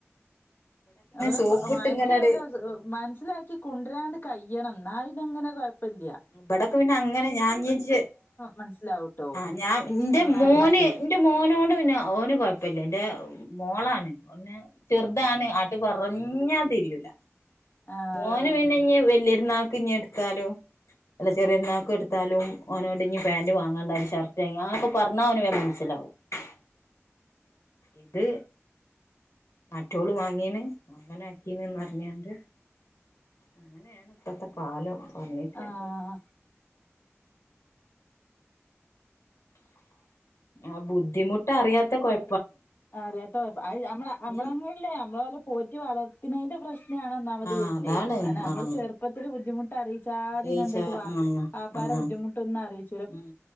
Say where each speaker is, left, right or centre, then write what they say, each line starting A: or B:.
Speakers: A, on the left; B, on the left.
A: ഓലക്കെ
B: സോപ്പിട്ട്
A: മയക്കി
B: ഇങ്ങനെട്
A: മനസ്സിലാക്കി കൊണ്ടരാണ്ട് കഴിയണന്ന്. എന്നാ ഇത്ങ്ങനെ കുഴപ്പല്ല
B: ഇവിടോക്കെ പിന്നെ അങ്ങനെ ഞാൻ ജീച്ച
A: മനസ്സിലാവൂട്ടോ
B: ആ ഞാൻ എന്റെ
A: പറഞ്ഞാല്
B: മോന്- എന്റെ മോനോട് പിന്നെ ഓന് കുഴപ്പില്ല എന്റെ മോളാണ് നെ ചെറുതാണ് ആട്ട് പറ- ഞാ തിരൂല
A: ആഹ്
B: മോന് പിന്നെ ഇഞ് വല്യ രുന്നാക്ക് ഇഞ് എടുത്താലും. അല്ല ചെറൊരു ന്നാക്ക് എട്ത്താലും ഓനോട്‌ ഞ്ഞി പാന്റ് വാങ്ങാണ്ട ഒരു ഷർട്ട് വാങ്ങി പറഞ്ഞാ അവനൻ മനസ്സിലാകും. <unintelligible>
A: <unintelligible>
B: ഇത് മറ്റോള് വാങ്ങീണ് അങ്ങനെ ആക്കീനന്ന്റിഞ്ഞാണ്ട്. അങ്ങനെയാണ് ഇപ്പത്തെ കാലം പറഞ്ഞീട്ട് കാര്യല്ല.
A: ആഹ്
B: ആ ബുദ്ധിമുട്ട് അറിയാത്ത കൊയ
A: അറിയാത്ത മ്മളമ്മളങ്ങല്ലേ
B: ഇനി
A: നമ്മളെ പോലെ പോറ്റി വളർത്തുന്നതിന്റെ പ്രശ്നാണ് ഒന്നാമതി
B: ആഹ്
A: വരുന്നത്
B: അതാണ്
A: കാരണം നമ്മള്
B: ആഹ്
A: ചെറുപ്പത്തില് ബുദ്ധിമുട്ട് ആദ്യം
B: ആലോയിച്ച
A: കണ്ടായിട്ട് വാപാര
B: ആഹ് ആഹ്
A: ബുദ്ധിമുട്ടൊന്നും അറിയിച്ചു
B: ഉം